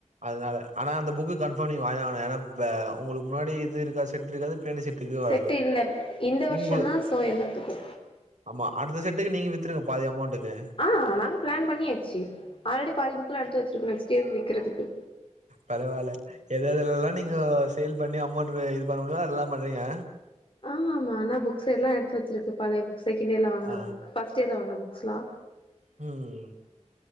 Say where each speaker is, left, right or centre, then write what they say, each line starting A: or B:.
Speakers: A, on the right; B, on the left.
A: அதனால ஆனா அந்த புக்கு கன்ஃபம் நீங்க வாங்கிதா ஆகணு ஏன்னா அந்த உங்களுக்கு முன்னாடி இது இருக்கா செட் இருக்காது பின்னாடி செட்டுக்கு
B: செட்டு
A: வராது
B: இல்ல இந்த வர்ஷோ
A: உங்களு
B: தா சோ எல்லாத்துக்கு
A: ஆமா அடுத்த செட்டுக்கு நீங்க வித்துருங்க பாதி அமௌன்ட்டுக்கு
B: ஆ நாங்க பிளான் பண்ணியாச்சு ஆல்ரெடி பாதி புக்லா எடுத்து வச்சிருகோ நெக்ஸ்ட் இயர்க்கு விக்குறக்கிறதுக்கு
A: பரவால்ல எத ஏதல எல்லா நீங்க சேல் பண்ணி அமௌண்ட்இதுஸ இது பண்ண முடியு அதெல்லா பண்றீங்க
B: ஆமா ஆமா ஆனா புக்ஸ் எல்லா எடுத்து வச்சிருக்கு பலய புக்ஸ் செகண்ட் இயர்ல வாங்கின
A: ஆ
B: ப ஃபர்ஸ்ட் இயர்ல வாங்கின புக்ஸ்ல்லா
A: ம்